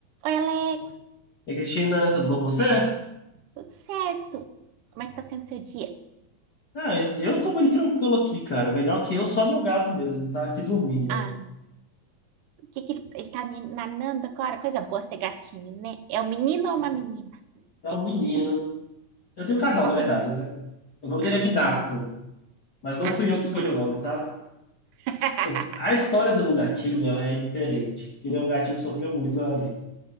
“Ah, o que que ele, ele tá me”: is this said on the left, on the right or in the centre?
Right